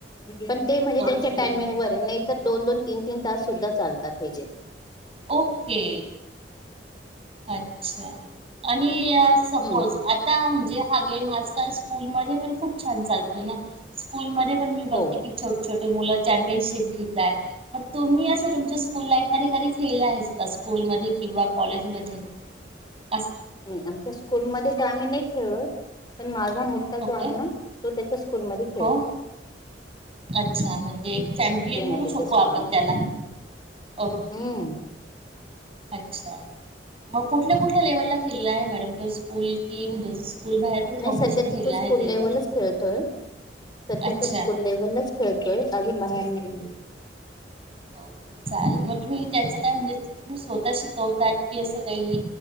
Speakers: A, on the left (about 25°); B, on the right (about 35°).
A: पण ते म्हणजे
B: ओके
A: त्यांच्या टायमिंग वर आहे ना तर दोन -दोन, तीन -तीन, तास सुद्धा चालतात. <unintelligible>
B: ओके अच्छा आणि <unintelligible> सपोज
A: हम्म
B: आता---हूं. हा गेम आज काल स्कूल मध्ये पण खूप छान चालतो ना. स्कूलमध्ये पण मी
A: हो
B: बघते की छोट छोटे मुलं चॅम्पियनशिप घेतात. मग तुम्ही असं तुमच्या स्कूल लाईफ मध्ये कधी खेळलं आहेस का? स्कूलमध्ये किंवा कॉलेजमध्ये. ह.
A: नाही. आमच्या स्कूलमध्ये तर आम्ही नाही खेळलोय, पण माझा मुलगा जो
B: ओके
A: आहे ना तो त्याच्या स्कूलमध्ये खेळतोय.
B: हो अच्छा, म्हणजे एक चॅम्पियन म्हणू
A: आहे त्याच्या
B: शकू
A: स्कूलमध्ये
B: आपण त्याला. ओके.
A: हम्म
B: अच्छा. मग कुठल्या कुठल्या लेव्हलला खेळला आहे मॅडम तो? स्कूल कि म्हणजे स्कूल बाहेर पण
A: नाही.
B: कॉम्पिटिशन
A: सध्या तर
B: खेळला
A: तो स्कूल
B: आहे ताई
A: लेव्हलच
B: तो
A: खेळतोय, सध्या
B: अच्छा
A: तो स्कूल लेव्हलच खेळतोय, अजून बाहेर नाही.
B: ओके. चालेल. मग तुम्ही त्याच काय म्हणजे तुम्ही स्वतः शिकवतात? की असं काही